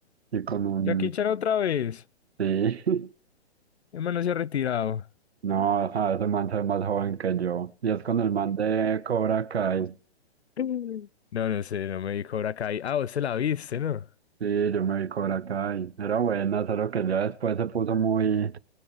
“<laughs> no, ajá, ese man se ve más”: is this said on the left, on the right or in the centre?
Right